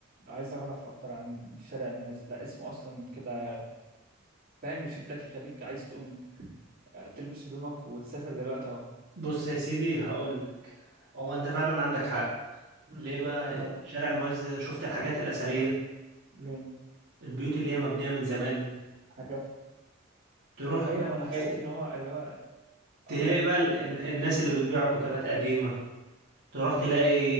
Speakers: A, on the right; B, on the right.
A: عايز اعرف اكتر عن الشارع المميز ده اسمه اصلا كده فاهم يشدك يخليك عايز تقوم آه، تلبس هدومك وتسافر دلوقتي اهو
B: بص يا سيدي هقول لك هو انت فعلا عندك حق
A: مم.
B: ليه بقى
A: اه
B: شارع المعز ده شفت الحاجات الأثرية
A: اه ليه
B: البيوت اللي هي مبنية من زمان
A: حاجات
B: تروح
A: ايوه
B: بقى تلاقي
A: ما انا حسيت ان هو اللي هو اه
B: تلاقي بقى ال- الناس اللي بتبيع كتابات قديمة تروح تلاقي